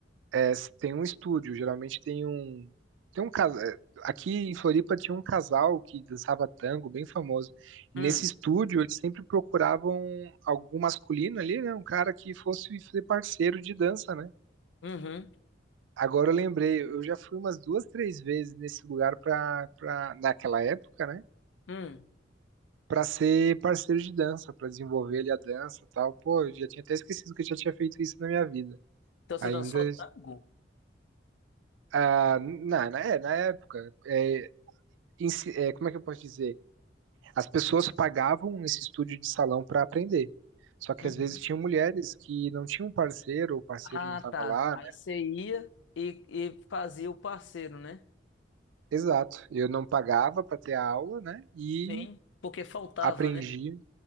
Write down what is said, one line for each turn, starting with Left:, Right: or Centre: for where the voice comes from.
Right: É, tem um estúdio, geralmente tem um. Tem um casal. Aqui em Floripa tinha um casal que dançava tango, bem famoso. E
Left: Hum,
Right: nesse estúdio, eles sempre procuravam algum masculino ali, né? Um cara que fosse ser parceiro de dança, né?
Left: uhum,
Right: Agora eu lembrei, eu já fui umas duas, três vezes nesse lugar pra, pra, naquela época, né?
Left: hum.
Right: Pra ser parceiro de dança, pra desenvolver ali a dança e tal. Pô, eu já tinha até esquecido que eu já tinha feito isso na minha vida.
Left: Então você
Right: Ainda
Left: dançou tango?
Right: ah, na, na, é, na época. É, ens- é, como é que eu posso dizer? As pessoas pagavam esse estúdio de salão para aprender. Só que
Left: Uhum.
Right: às vezes tinham mulheres que não tinham parceiro, ou o parceiro
Left: Ah,
Right: não estava
Left: tá.
Right: lá,
Left: Aí
Right: né?
Left: você ia e, e fazia o parceiro, né?
Right: Exato. Eu não pagava para ter a aula, né? E
Left: Sim, porque faltava,
Right: aprendi.
Left: né?